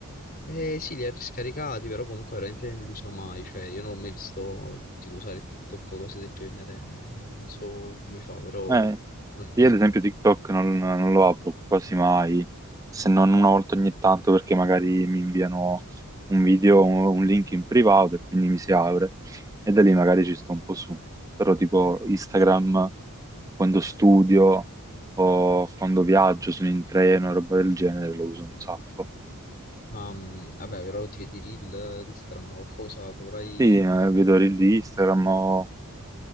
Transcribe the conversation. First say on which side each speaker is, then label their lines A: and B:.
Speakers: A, on the left; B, on the right.
A: Eh sì, li ha riscaricati, però comunque veramente non li usa mai, cioè io non l'ho mai visto tipo usare TikTok o cose del genere, ne- non so come fa, però...
B: Eh,
A: vuol dire-
B: Io ad esempio TikTok non, non lo apro quasi mai, se non una volta ogni tanto perché magari mi inviano un video, un, un link in privato e quindi mi si apre e da lì magari ci sto un po' su. Però tipo Instagram quando studio o quando viaggio, sono in treno e roba del genere, lo uso un sacco.
A: Ma mh, vabbè, però ti vedi i reel di Instagram o qualcosa, dovrai...
B: Sì, eh, vedo reel di Instagram o